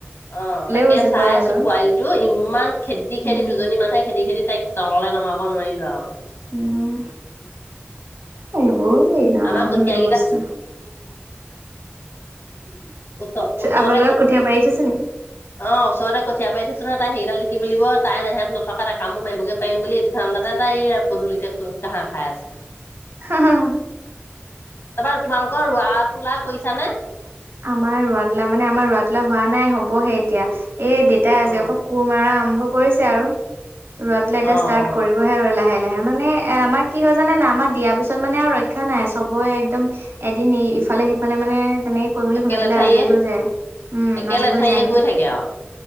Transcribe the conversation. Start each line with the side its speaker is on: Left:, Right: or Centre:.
Left: অ তাকে
Right: বুজি
Left: চাই
Right: পোৱা হ'ল
Left: আছো
Right: আৰু
Left: পোৱালিটো ই ইমান খেদি খেদি
Right: উম
Left: দুজনী মানুহে খেদি খেদি তাইক তললে নমাব নোৱাৰিলো আৰু
Right: উম এইবোৰ এই ন
Left: আমাৰ কঠীয়া
Right: হ্ল বস্ত <inaudible>
Left: ওচ-ওচৰতে
Right: আপোনালোকে
Left: অ
Right: কঠীয়া পাৰি থৈছে নি?
Left: ওচৰতে কঠিয় পাৰি থৈছো। তাই সেইকডাল লিুলিব তাই নেহেত নথকা তটা কামো মাৰিবগৈ পাৰম বুলি এইটো ধাৰণাতে তাই পদূলিততে <inaudible> ঘাহ খায় আছে
Right: হা হা হা
Left: তাৰপৰা তোমালোকৰ ৰোৱা তোলা কৰিছ নে
Right: আমাৰ ৰৰাটোলা মানে আমাৰ ৰৰাটোলা হোৱা নাই হবহে এতিয়া এ দউেতাই আজিৰ
Left: অ
Right: পৰা কোৰ মাৰা আৰম্ভ কৰিছে আৰু ৰৱা টলা এটা
Left: অ
Right: ষ্টাৰ্ট
Left: অ
Right: কৰিবহে আৰু লাহে লাহে মানে এ আমাৰ কি হয় জানে না আমাৰ দিয়া পিছত মানে আৰু ৰক্ষা নাই চবৰে একদম এদিন ইফালে সিফালে মানে তেনে কৰি মেলি
Left: একে
Right: সোনকালে
Left: লেঠাৰিয়ে
Right: আজৰি হৈ যায় উম
Left: একে
Right: আজৰি
Left: লেঠাৰিয়ে
Right: হৈ যায় মানে
Left: গৈ থাকে আও।